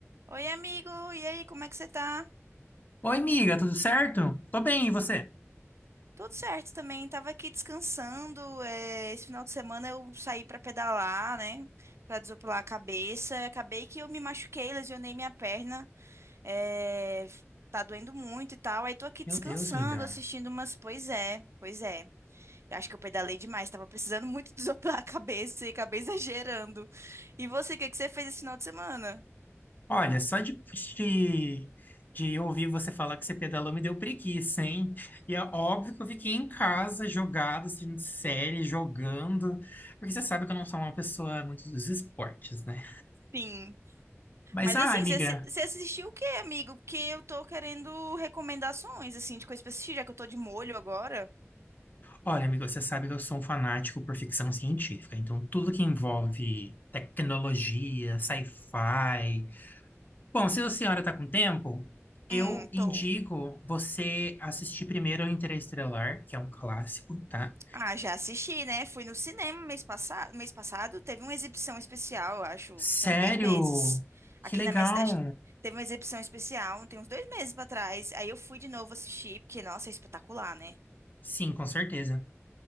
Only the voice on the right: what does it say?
Oi, amigo! E aí, como é que você tá?
Tudo certo também, tava aqui descansando. é, esse final de semana eu saí pra pedalar, né? Pra desopilar a cabeça. Acabei que eu me machuquei, lesionei minha perna. é, tá doendo muito e tal. Aí tô aqui
descansando,
assistindo umas. Pois é, pois é. Eu acho que eu pedalei demais, tava precisando muito <laughs> desopilar a cabeça e acabei exagerando. E você, o que que você fez esse final de semana?
Sim.
Mas
assim,
você assi- você assistiu o quê, amigo? Porque eu tô querendo recomendações, assim, de coisa pra assistir, já que eu tô de molho agora.
Hum,
tô.
Ah, já assisti, né? Fui no cinema mês passado, mês passado, teve uma exibição especial, eu acho,
tem uns dois meses.
Aqui
na minha cidade teve uma exibição especial, tem uns dois meses pra trás. Aí eu fui de novo assistir, porque, nossa, é espetacular, né?